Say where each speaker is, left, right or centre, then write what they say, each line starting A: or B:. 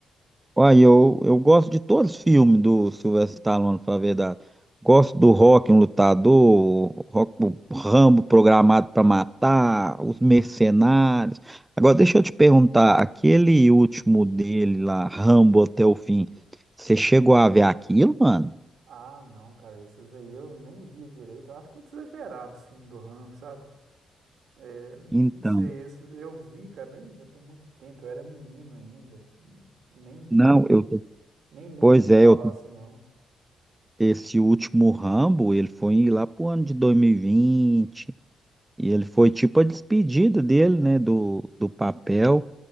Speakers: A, on the right (about 15°); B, on the right (about 65°).
A: Olha, eu, eu gosto de todos os filmes do Sylvester Stallone, pra falar a verdade. Gosto do Rock, um lutador, o Rock, o Rambo programado para matar, os mercenários. Agora, deixa eu te perguntar, aquele último dele lá, Rambo até o fim, você chegou a ver aquilo, mano?
B: Ah, não, cara, esses aí eu nem via direito. Eu acho muito exagerado os filmes do Rambo, sabe? É, não
A: Então,
B: sei, isso eu vi, cara, mas já tem muito tempo, eu era menino ainda. Nem, nem,
A: não, eu tô-
B: nem lembro
A: Pois
B: pra te
A: é,
B: falar
A: eu tô-
B: assim, não.
A: esse último Rambo, ele foi lá pro ano de 2020, e vinte, e ele foi tipo a despedida dele, né, do, do papel.